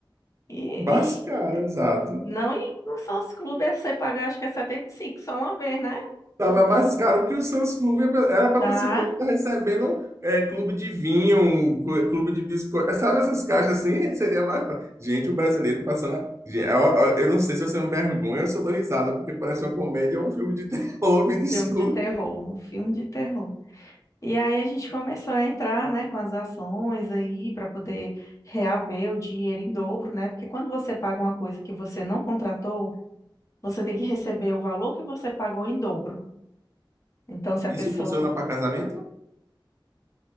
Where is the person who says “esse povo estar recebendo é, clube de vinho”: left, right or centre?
Right